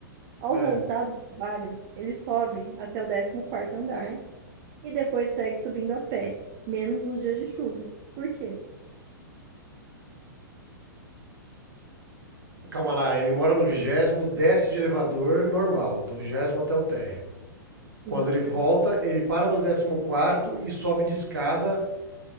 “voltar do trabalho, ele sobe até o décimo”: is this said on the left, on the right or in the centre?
Right